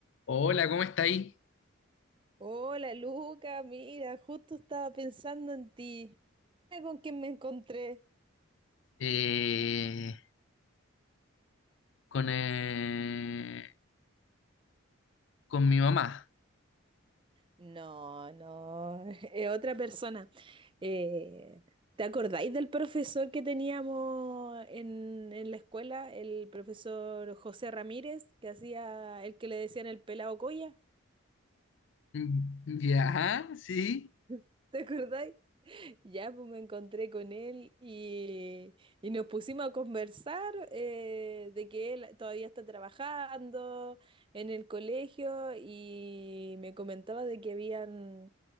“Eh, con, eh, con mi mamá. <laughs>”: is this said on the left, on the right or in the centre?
Left